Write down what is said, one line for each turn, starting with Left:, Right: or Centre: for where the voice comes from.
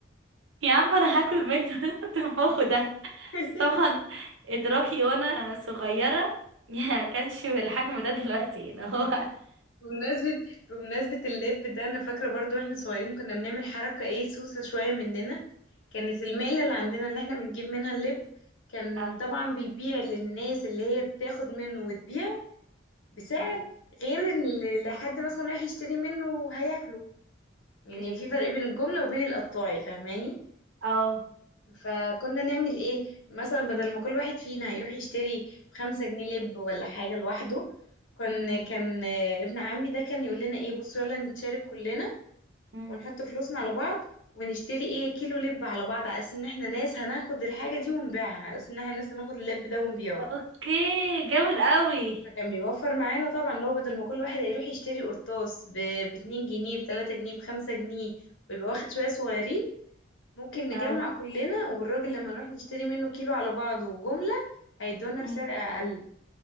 Right: يا عم انا هاكل منه <laughs> انت بتنفخه ده
Left: <laughs>
Right: بس طبعا ادراكي وانا صغيره ما كانش بالحجم ده دلوقتي اللي هو
Left: ب- بمناسبة بمناسبة اللب ده انا فاكرة برضو واحنا صغيرين كنا بنعمل حركة ايه سوسة شوية مننا كانت المقلة اللي عندنا اللي احنا بنجيب منها اللب كان
Right: اه
Left: طبعا بيبيع للناس اللي هي بتاخد منه وتبيع بسعر
Right: مم.
Left: غير اللي حد مثلا رايح يشتري منه وهياكله
Right: اوكي
Left: يعني في فرق بين الجملة وبين القطاعي فاهماني
Right: اه
Left: فكنا نعمل ايه مثلا بدل
Right: مم.
Left: ما كل واحد فينا يروح يشتري بخمسة جنيه لب ولا حاجة لوحده كان
Right: مم.
Left: كان آه، ابن عمي ده كان يقول لنا ايه بصوا يلا نتشارك كلنا
Right: مم.
Left: ونحط فلوسنا على بعض ونشتري ايه كيلو لب على بعض على اساس ان احنا ناس هناخد الحاجة دي ونبيعها على اساس ان احنا ناس هناخد اللب ده ونبيعه
Right: اوكي جامد قوي
Left: فكان بيوفر معانا طبعا لو بدل ما كل واحد هيروح يشتري قرطاس ب 2 جنيه ب 3 جنيه ب 5 جنيه ويبقى واخد شوية صغيرين ممكن نجمع
Right: اه
Left: كلنا والراجل لما نروح نشتري منه كيلو على بعضه وجملة هيدونا
Right: مم.
Left: بسعر أقل